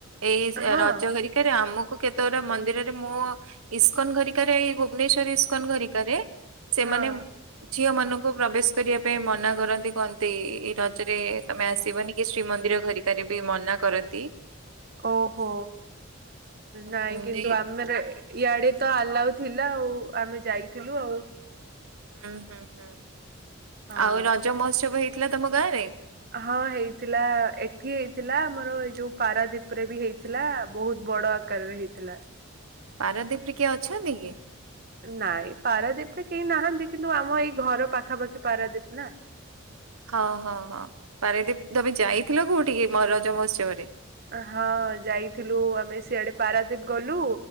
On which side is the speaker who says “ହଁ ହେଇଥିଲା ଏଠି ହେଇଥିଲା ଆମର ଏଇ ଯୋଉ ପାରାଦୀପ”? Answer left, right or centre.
Right